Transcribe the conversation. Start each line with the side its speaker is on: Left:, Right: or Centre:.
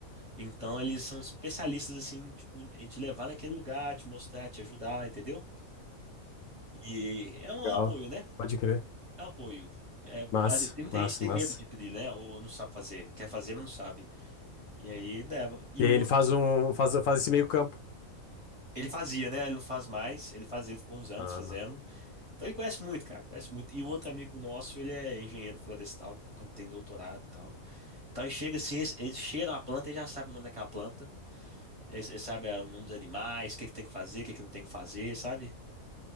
Right: Então eles são especialistas assim, tipo, em te levar naquele lugar, te mostrar, te ajudar, entendeu? E é um
Left: legal.
Right: apoio, né?
Left: Pode crer.
Right: Eu apoio. É,
Left: Massa,
Right: às vezes tem muita
Left: massa,
Right: gente que tem
Left: massa.
Right: medo de tri, né? Ou não sabe fazer. Quer fazer, mas não sabe. E aí leva. E
Left: E
Right: um
Left: aí ele
Right: outro.
Left: faz um, faz, faz esse meio campo.
Right: Ele fazia, né? Ele não faz mais. Ele fazia, ele ficou uns anos
Left: Ah,
Right: fazendo. Então ele conhece muito, cara. Conhece muito. E o outro amigo nosso, ele é engenheiro florestal, quando tem doutorado e tal. Então ele chega assim, eles eles cheiram a planta e já sabe o nome daquela planta. Eles, eles sabem ah, o nome dos animais, o que que tem que fazer, o que que não tem que fazer, sabe?